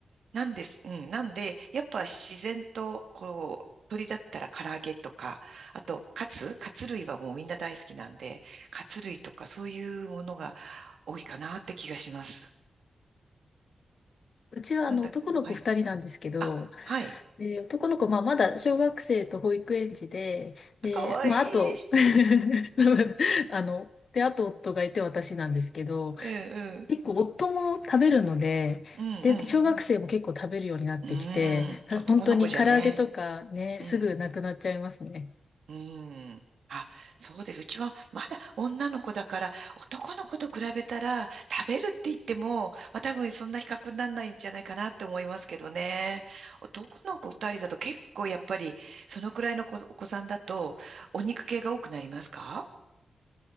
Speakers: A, on the right; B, on the left.
A: なんです。うん。なんで、やっぱ自然と、こう、鳥だったら唐揚げとか、あと、カツカツ類はもうみんな大好きなんで、カツ類とかそういうものが多いかなって気がします。
B: うちはあの男の子2人なんですけど、
A: なんだ、はい。あ、はい。
B: で、男の子、まあ、まだ小学生と保育園児で、で、
A: かわいい。
B: まあ、あと、<laughs> あの、で、あと夫がいて私なんですけど、
A: うんうん。
B: 結構夫も食べるので、
A: うん
B: で、小学生も結構食べるようになってきて、
A: うん。うーん。男の子じゃね。
B: 本当に唐揚げとかね、
A: うん。
B: すぐなくなっちゃいますね。
A: うーん。あ、そうです。うちはまだ女の子だから、男の子と比べたら、食べるって言っても、まあ多分そんな比較にならないんじゃないかなって思いますけどね。男の子二人だと結構やっぱり、そのくらいの子お子さんだと、お肉系が多くなりますか